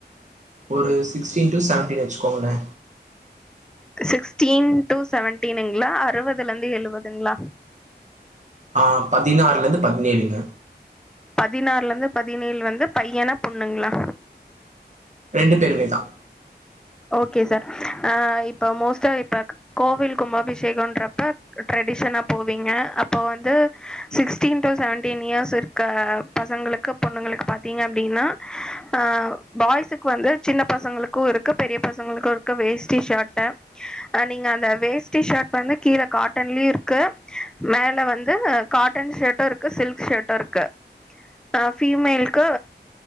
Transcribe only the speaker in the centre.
சிக்ஸ்டீன் டூ செவன்டீன்ங்குளா அறுவதுலருந்து எழுவதுங்கிளா
பதினாறுலருந்து பதினேழு வந்து பையனா பொண்ணுங்களா
ஓகே சார் ஆ இப்ப மோஸ்ட்டா இப்ப கோவில் கும்பபிஷேகன்றப்ப டிரடிஷனா போவீங்க அப்போ வந்து சிக்ஸ்டீன் டூ செவன்டீன் இயர்ஸ் இருக்க பசங்களுக்கு பொண்ணுங்களுக்கு பாத்தீங்க அப்டின்னா ஆ பாய்ஸுக்கு வந்து சின்ன பசங்களுக்கும் இருக்கு பெரிய பசங்களுக்கும் இருக்கு வேஸ்ட்டி ஷட்ட நீங்க அந்த வேஸ்ட்டி ஷர்ட் வந்து கீழ காட்டன்லயு இருக்கு மேல வந்து காட்டன் ஷேட்டு இருக்கு சில்க் ஷேட்டு இருக்கு ஆ ஃபீமேல்க்கு